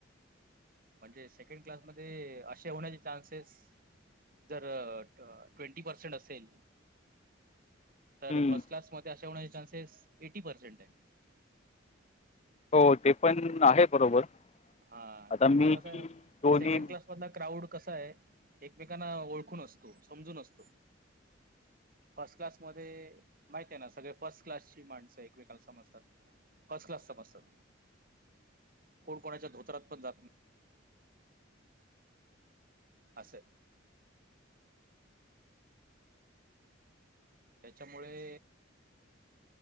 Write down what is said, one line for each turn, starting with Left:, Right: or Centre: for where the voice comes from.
Right: म्हणजे सेकंड क्लासमध्येध्ये असे होण्याचे चान्सेस जर ट्वेंटी पर्सेंट असेल. तर
Left: हं.
Right: फर्स्ट क्लासमध्येध्ये अशा होण्याचे चान्सेस एटी पर्सेंट आहे.
Left: हो ते पण आहे बरोबर.
Right: हा
Left: आता
Right: कारण
Left: मी
Right: कस
Left: ही दोन्ही
Right: सेकंड क्लास ध क्राउड कसा आहे एकमेकांना ओळखून असतो समजून असतो. फर्स्ट क्लास मध्ये माहित आहे ना सगळे फर्स्ट क्लासची माणसं एकमेकाला समजतात. फर्स्ट क्लास पासतात. कोण्या धोत्रात पणात असं. त्याच्यामुळे